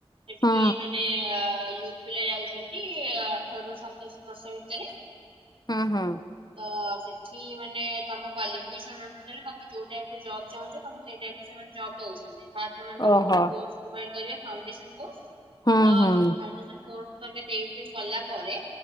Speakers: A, on the right; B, on the left.
A: ସେଠି
B: ହଁ
A: ମାନେ ଅ ୟୁଥ୍ ପିଲା ଯାଉଛନ୍ତି ଅଠର ରୁ ସତ୍ ପଚିଶି ବର୍ଷ ଭିତରେ
B: ହଁ ହଁ।
A: ତ ସେଠି ମାନେ ତମ କ୍ଵାଲି <unintelligible> ଅନୁସାରେ ଯୋଉ ଟାଇପ୍ ର ଜବ୍ ଚାହୁଁଛ ତମେ ସେ ଟାଇପ୍ ସେମାନେ ଜବ୍ ଦଉଛନ୍ତି ଫାର୍ଷ୍ଟ <unintelligible> <unintelligible>
B: ଓହୋ
A: ପ୍ରୋଭାଇଡ୍ କରେ ଫାଉଣ୍ଡେସନ କୁ
B: ହୁଁ
A: ତ
B: ହୁଁ
A: ଫାଉଣ୍ଡେସନ <unintelligible> କଂପ୍ଲିଟ୍ କଲା ପରେ